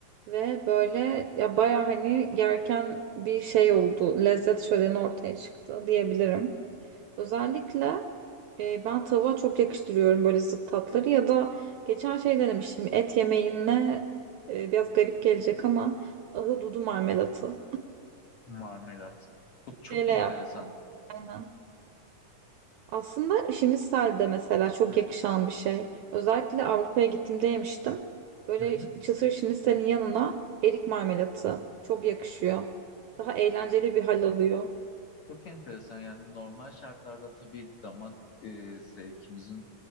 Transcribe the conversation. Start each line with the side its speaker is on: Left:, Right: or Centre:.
Right: Ve böyle ya baya hani yerken bir şey oldu. Lezzet şöleni ortaya çıktı diyebilirim. Özellikle e, ben tavuğa çok yakıştırıyorum böyle zıt tatları ya da geçen şey denemiştim. Et yemeğine e, biraz garip gelecek ama ahududu marmelatı.
Left: Marmelat. Çok
Right: <laughs>
Left: çok
Right: Şeyle
Left: enteresan.
Right: yaptım aynen. Aslında şinisel de mesela çok yakışan bir şey. Özellikle Avrupa'ya gittiğimde yemiştim. Böyle
Left: Hı hı.
Right: çıtır şiniselin yanına erik marmelatı çok yakışıyor. Daha eğlenceli bir hal alıyor.
Left: Çok enteresan yani normal şartlarda tabii damak e, zevkimizin